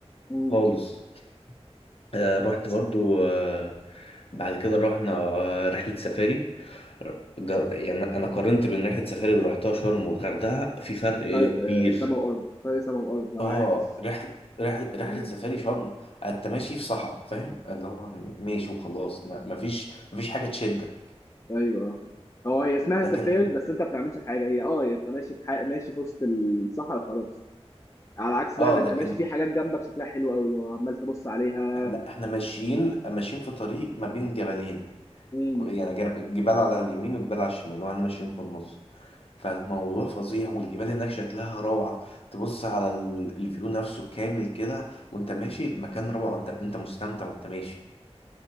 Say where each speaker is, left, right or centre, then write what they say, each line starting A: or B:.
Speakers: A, on the left; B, on the left.
A: مم.
B: خالص آه رحت برضو آه بعد كده رحنا آه، رحلة سفاري جر... يعني أنا قارنت بين رحلة سفاري اللي رحتها شرم والغردقة في فرق
A: فرق
B: كبير
A: آه، سما وارض فرق سما وارض ما انا
B: اه
A: عارف
B: رحلة رحلة
A: <laughs>
B: رحلة سفاري شرم انت ماشي في صحراء فاهم اللي هو ماشي وخلاص ما- مفيش مفيش حاجة تشدك
A: ايوه هو هي اسمها
B: لكن
A: سفاري بس انت ما بتعملش حاجه هي اه هي انت ماشي في حي... ماشي في وسط الصحراء خلاص على عكس
B: اه
A: ده انت
B: لكن
A: ماشي في حاجات جنبك شكلها حلو قوي وعمال تبص عليها
B: احنا لا احنا ماشيين ماشيين في طريق ما بين جبلين
A: امم
B: كو- يعني جب- جبال على اليمين وجبال على الشمال واحنا ماشيين في النص فالموضوع فظيع والجبال هناك شكلها روعة تبص على ال- الفيو نفسه كامل كده وانت ماشي المكان روعة انت انت مستمتع وانت ماشي